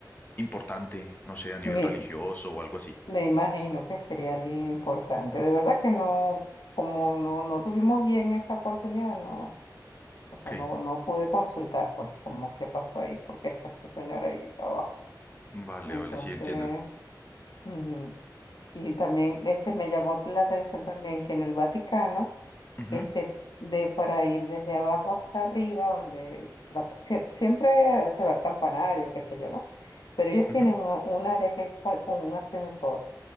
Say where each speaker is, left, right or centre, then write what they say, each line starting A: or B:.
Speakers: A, on the left (about 25°); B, on the left (about 75°).
A: importante, no sé, a nivel
B: me,
A: religioso o algo así?
B: me imagino que sería alguien importante. De verdad que no, como no, no tuvimos bien esa oportunidad, no. O sea,
A: Ok,
B: no, no pude consultar, pues, como qué pasó ahí, porque está esa señora ahí abajo.
A: vale,
B: Entonces,
A: vale, sí entiendo.
B: ujú. Y también este me llamó la atención también que en el Vaticano,
A: Ujú,
B: este de para ir desde abajo hasta arriba, donde la- sie- siempre se va al campanario, qué sé yo, ¿no? Pero ellos
A: ujú,
B: tienen un, un área que es pa- con un ascensor,